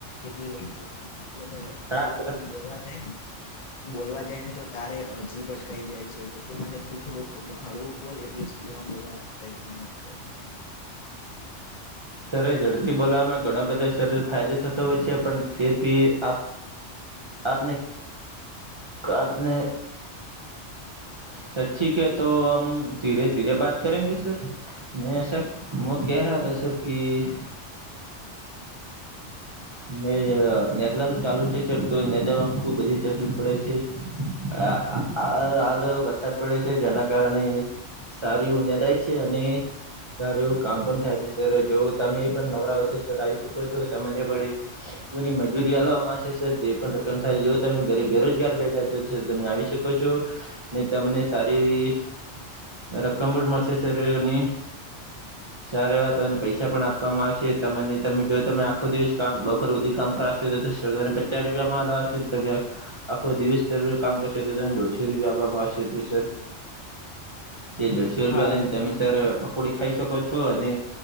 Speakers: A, on the left; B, on the right.
A: એટલી લાબુ આ મતલબ
B: આપ
A: થોડું તું બોલવા જાય ને બોલવા જાય ને તો તારે હજીબ અટ કાઈ જાય છે તો તે માટે તું થોડું હળવું બોલ એટલી સ્પીડમાં બોલવાનો પ્રયત્ન મત કર.
B: સર ઝડપી બોલાવામાં ઘણા બધા, સરળ ફાયદો થતો હોય છે પણ ફેર ભી આપ આપને, આપને, સર ઠીક હે તો હમ ધીરે ધીરે બાત કરેગે સર. મેં સર મુું કેહ રહા તા સર, કી મે ન્યાદવાનું ચાલુ છે સર તો નેદામાં ખુબ બધી તકલીફ પડે છે. આ હાલ હાલ વરસાદ પડે છે જેના કારણે સારું એવું ન્યાદાય. છે અને સારું એવું કામ પણ થાય છે સર, જો તમે એ પણ નવરા હોય તો સર આઈ શકો છો તમને પણ એ. પૂરી મજૂરી હાલવામાં આવશે સર જે પણ રકમ થાય જો તમે ઘરેબ બેરોજગાર બેઠાય તો સર તમે આવી શકો કો છો ને તમને સારી એવી, રકમ પણ મળશે સર અની સારે વાતાવ પૈસા પણ આપવામાં આવશે તમને તમે જો તમે આખો દિવસ કામ બપોર સુધી કામ કરાવશો તોને પસા ચા રૂપિયા પણ આલ્વામાં આવશે તમે આખો દિવસ કામ કરશે તો તને દોઢસો રૂપિયા આપવામાં આવશે તો સર, તે દોઢસો રૂપિયા
A: હા
B: લઈને તમે
A: નહી
B: સર પકોડી ખાઈ શકો છો અને,